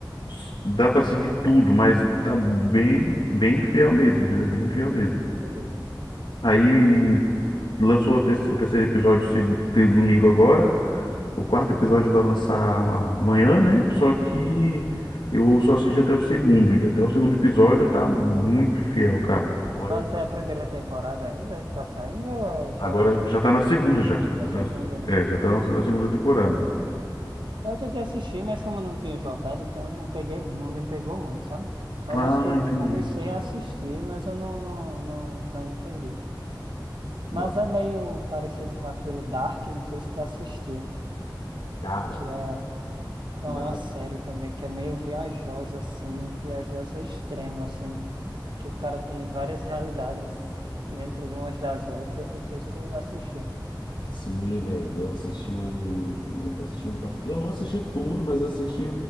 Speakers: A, on the left (about 80°); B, on the right (about 75°).
A: s- dá para seguir tudo, mas tá bem bem fiel mesmo, entendeu? Bem fiel mesmo.
B: entendi.
A: Aí lançou a te- o terceiro episódio segu- te- domingo agora. O quarto episódio vai lançar amanhã, né? Só que eu só assisti até o segundo. E até o segundo episódio tá muito fiel, cara. Olha,
B: Mas é a primeira temporada ainda que tá saindo ou é já.
A: agora já tá na segunda já.
B: A
A: Então,
B: segunda, né?
A: É, já tá lançando
B: Uhum.
A: a segunda temporada.
B: Eu tentei assistir, mas como eu não tinha jogado, então não peguei, não me pegou muito, sabe? Mas
A: Ah,
B: acho que eu
A: entendi.
B: comecei a assistir, mas eu não, não, não, não entendi.
A: Mano,
B: Mas é meio parecido com aquele Dark, não sei se tu assistiu,
A: cara,
B: que é, não,
A: dá.
B: é uma série também, que é meio viajosa, assim, viajosa extrema, assim, que o cara tem várias realidades dentro de umas das outras, não sei se tu assistiu.
A: Sim, velho, eu assisti o, assisti o- Eu não assisti tudo, mas assisti